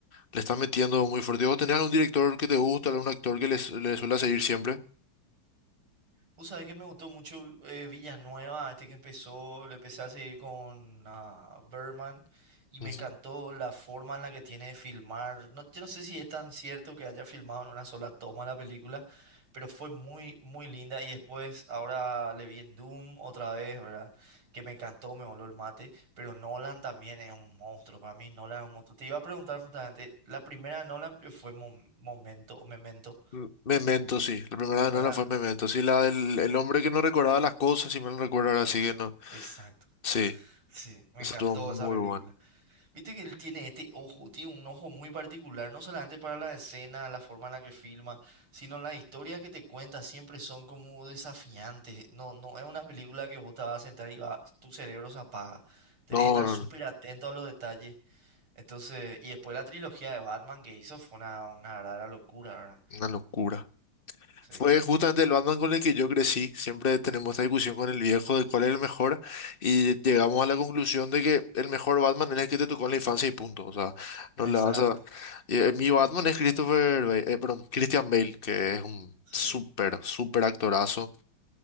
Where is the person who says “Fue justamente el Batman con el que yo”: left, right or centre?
Left